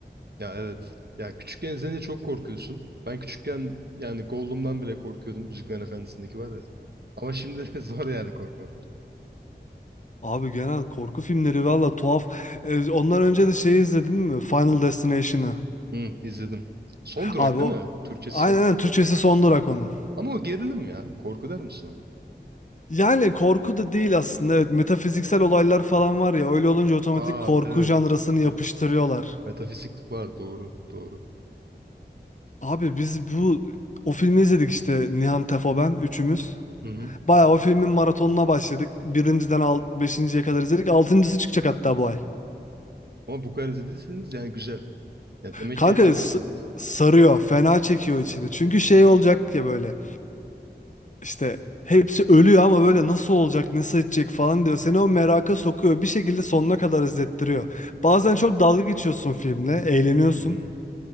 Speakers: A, on the right; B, on the left.
A: Ya evet. Ya küçükken izleyince çok korkuyorsun. Ben küçükken yani Gollum'dan bile korkuyordum. Yüzüklerin Efendisi'ndeki var ya. Ama şimdi <laughs> zor yani korkmam.
B: Abi genel korku filmleri valla tuhaf. Ee, ondan önce de şeyi izledin mi? Final Destination'ı.
A: Hı, izledim. Son durak
B: Abi
A: değil
B: o
A: mi? Türkçesi
B: aynen
A: son
B: aynen
A: durak
B: Türkçesi
A: olan.
B: Son Durak onun.
A: Evet. Ama o gerilim ya. Korku der misin ona?
B: Yani korku da değil aslında. Evet, metafiziksel olaylar falan var ya. Öyle olunca otomatik
A: Aa
B: korku
A: evet.
B: janrasını yapıştırıyorlar.
A: Gerçi. Metafizik var. Doğru. Doğru.
B: Abi biz bu o filmi izledik işte Nihan Tefo ben üçümüz.
A: Hı hı.
B: Bayağı o filmin maratonuna başladık. Birinciden al, beşinciye kadar izledik. Altıncısı çıkacak hatta bu ay.
A: Ama bu kadar izlediyseniz yani güzel. Ya demek
B: Kanka
A: ki eğlenmişsiniz.
B: s- sarıyor. Fena çekiyor içini.
A: Ha.
B: Çünkü şey olacak ya böyle. İşte hepsi ölüyor ama böyle nasıl olacak, nasıl edecek falan diyor. Seni o meraka sokuyor. Bir şekilde sonuna kadar izlettiriyor. Bazen çok dalga geçiyorsun filmle, eğleniyorsun.
A: Hmm.